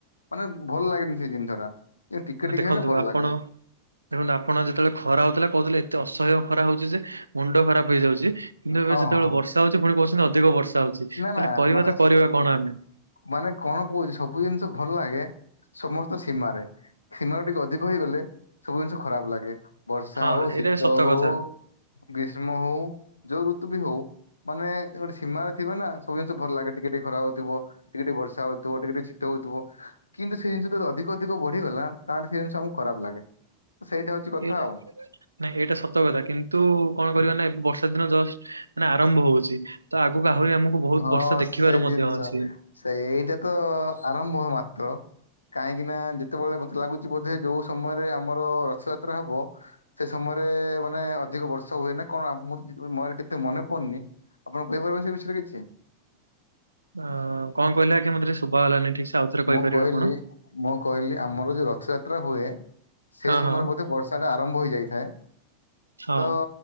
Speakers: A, on the left; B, on the right.
A: ମାନେ ଭଲ ଲାଗେନି ସେଇ ଜିନିଷ ଟା। ଟିକେ
B: ମାନେ
A: ଟିକେ
B: ଦେଖନ୍ତୁ
A: ହେଲେ ଭଲ
B: ଆପଣ
A: ଲାଗେ
B: ଦେଖନ୍ତୁ ଆପଣ ଯେତେବେଳେ ଖରା ହଉଥିଲା କହୁଥିଲେ ଏତେ ଅସହ୍ୟ ଖରା ହଉଛି ଯେ ମୁଣ୍ଡ ଖରାପ ହେଇଯାଉଛି କିନ୍ତୁ ଏବେ
A: ହଁ
B: ଯେତେବେଳେ
A: ହଁ
B: ବର୍ଷା କଥା ହଉଛି ପୁଣି କହୁସୁନ୍ତି ପୁଣି ଅଧିକ ବର୍ଷା ହଉଛି ତାହେଲେ
A: ନା ନା
B: କରିବା
A: ମାନେ
B: ତ କରିବା କଣ ଆମେ।
A: ମାନେ କଣ କହୁଛି ସବୁ ଜିନିଷ ଭଲ ଲାଗେ ସମସ୍ତ ସୀମାରେ। ସୀମାରୁ ଟିକେ ଅଧିକ ହୋଇଗଲେ ସବୁ ଜିନିଷ ଖରାପ ଲାଗେ ବର୍ଷା
B: ହଁ
A: ହଉ
B: ଏଇଟା
A: ଶୀତ
B: ବି ସତ
A: ହଉ
B: କଥା
A: ଗ୍ରୀଷ୍ମ ହଉ ଯୋଉ ଋତୁ ବି ହଉ ମାନେ ଗୋଟେ ସୀମାଅଛି। ଥିବ ନା ସବୁ ଜିନିଷ ଭଲ ଲାଗେ ଟିକେ ଟିକେ ଖରା ହଉଥିବ ଟିକେ ଟିକେ ବର୍ଷା ହଉଥିବ ଟିକେ ଟିକେ ଶୀତ ହଉଥିବ। କିନ୍ତୁ ସେ ଜିନିଷ ଯଦି ଅଧିକ ଅଧିକ ବଢିଗଲା ତାହେଲେ ସେ ଜିନିଷ ଆମକୁ ଖରାପ ଲାଗେ। ସେଇଟା ହଉଛି। କଥା
B: ଏଟା
A: ଆଉ।
B: ନାଇଁ ଏଇଟା ସତ କଥା କିନ୍ତୁ କଣ କରିବା ନା ବର୍ଷ ସେଦିନ ଜଷ୍ଟ ଆନେ ଆରମ୍ଭ ହଉଛି ତ ଆଗକୁ ଆହୁରି ଆମକୁ ବହୁତ
A: ହଁ
B: ବର୍ଷା ଦେଖିବାର
A: ସେଇ
B: ମଧ୍ୟ
A: ଜିନିଷ
B: ଅଛି।
A: ସେଇଟା ତ ଆରମ୍ଭ ମାତ୍ର। କାହିଁକି ନା ଯେତେବେଳେ ମତେ ଲାଗୁଛି ବୋଧେ ଯଉ ସମୟରେ ଆମର ରଥଯାତ୍ରା ହବ। ସେ ସମୟରେ ମାନେ ଅଧିକ ବର୍ଷା ହୁଏ ନା କଣ ଆମ ମର କେତେ ମନେ ପଡୁନି ଆପଣ କହିପାରିବେ ସେ ବିଷୟରେ କିଛି?
B: ଅ କଣ କହିଲେ ଆଜ୍ଞା ମତେ ଟିକେ ଶୁଭାଗଲାନି ଠିକ୍ ସେ ଆଉଥରେ କହିପାରିବେ
A: ମୁଁ କହିଲି
B: ଆପଣ?
A: ମୁଁ କହିଲି ଆମର ଯଉ ରଥଯାତ୍ରା ହୁଏ ସେଇ
B: ହଁ
A: ସମୟରେ
B: ହଁ
A: ବୋଧେ ବର୍ଷା ଟା ଆରମ୍ଭ ହୋଇଯାଇଥାଏ
B: ହଁ।
A: ତ